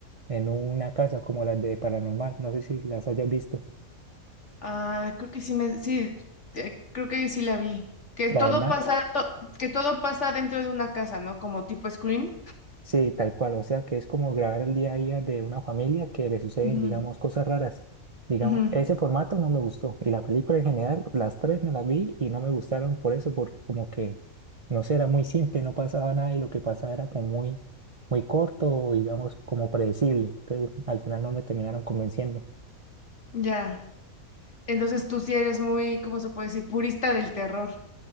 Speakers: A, on the right (about 35°); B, on the left (about 55°).
A: en una casa como las de Paranormal. No sé si las hayas visto.
B: ah, creo que sí me, sí, eh, creo que sí la vi. Que
A: La
B: todo
A: verdad,
B: pasa, to- que todo pasa dentro de una casa, ¿no? Como tipo Scream.
A: Sí, tal cual, o sea que es como grabar el día a día de una familia que le suceden,
B: Ujú.
A: digamos, cosas raras. Digamos,
B: Ujú,
A: ese formato no me gustó y la película en general, las tres me las vi y no me gustaron por eso, porque como que, no sé, era muy simple, no pasaba nada y lo que pasaba era como muy, muy corto, digamos, como predecible. Entonces, al final no me terminaron convenciendo.
B: ya. Entonces tú sí eres muy, ¿cómo se puede decir? Purista del terror.